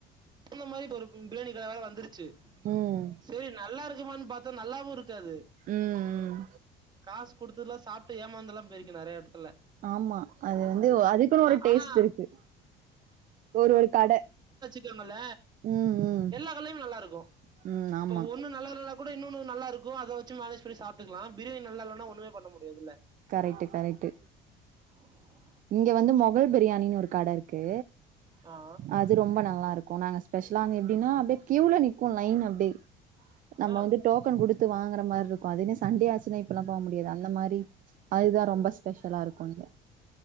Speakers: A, on the right; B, on the right.
A: இந்த மாரி ஒரு <unintelligible> வேற வந்துருச்சி
B: ம்
A: சேரி நல்லா இரு ங்குமா பாத்தா நல்லாவு இரு க்காது
B: ம் ம்
A: காஸ் குடுத்ததுலா சாப்ட்டு ஏமாந்தலா போயிருக்கு நெறைய இடத்
B: ஆமா அது வந்து அதுக்குன்னு ஒரு டேஸ்ட்
A: ஆனா
B: இருக்கு ஒரு ஒரு கட
A: கியோமல்ல
B: ம் ம்
A: எல்லா கல்லையு நல்லா இருக்கு
B: ம் ஆமா
A: இப்போ ஒண்ணு நல்லல்லா கூட இன்னு நல்லா இருக்கு அதவச்சி மேனேஜ் பண்ணி சாப்ட்டுக்கலா பிரியாணி நல்லா இல்லன்னா ஒண்ணமே பண்ண முடியதுல்ல
B: கரெக்ட் கரெக்ட்
A: <inaudible>
B: இங்க வந்து மொகல் பிரியாணின்னு ஒரு கட இருக் கே
A: ஆ
B: அது ரொம்ப நல்லா இருக்கு நாங்க ஸ்பொஷலா அங்க எப்பிடினா அப்டியே கிவ்ல லைன்னு அப்டே நம்ப
A: ஆ
B: வந்து டோக்கன் கொடுத்து வாங்கற மாரி இருக்கு அதனே சண்டே ஆச் த்னா இப்பல்லா போக முடியாது அந்த மாரி அதுதா ரொம்ப ஸ்பெஷலா இருக் போங்க